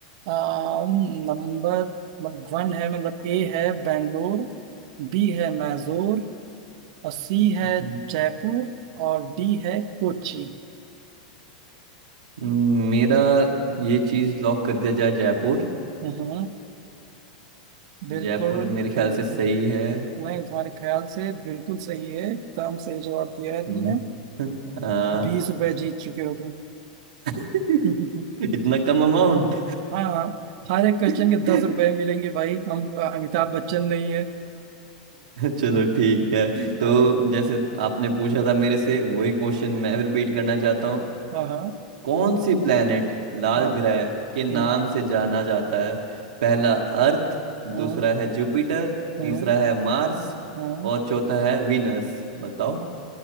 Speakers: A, on the right; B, on the right.
A: आ, नंबर मतलब वन है मतलब ए है बेंगलोर बी है मैसूर और सी है
B: हम्म,
A: जयपुर और डी है कोची
B: मेरा ये चीज लॉक कर दिया जाए जयपुर
A: हम्म बिल्कुल
B: जयपुर मेरे ख्याल
A: बिल्कुल
B: से सही है
A: नहीं तुम्हारे ख्याल से बिल्कुल सही है एकदम सही जवाब दिया है
B: हम्म,
A: तुमने
B: आ,
A: बीस रुपए जीत चुके हो
B: <laughs>
A: तुम <laughs>
B: इतना कम अमाउंट
A: हाँ हाँ हर एक क्वेश्चन
B: <laughs>
A: के दस रुपए मिलेंगे भाई हम अ, अमिताभ बच्चन नहीं है
B: चलो ठीक है
A: अ,
B: तो जैसे आपने पूछा था मेरे से वही क्वेश्चन मैं रिपीट करना चाहता हूँ
A: हाँ हाँ
B: कौन सी प्लेनेट लाल
A: हाँ
B: ग्रह के नाम
A: हम्म
B: से जाना जाता है पहला अर्थ
A: हम्म
B: दूसरा है जुपिटर
A: हम्म
B: तीसरा है मार्स
A: हम्म
B: और चौथा है विनस बताओ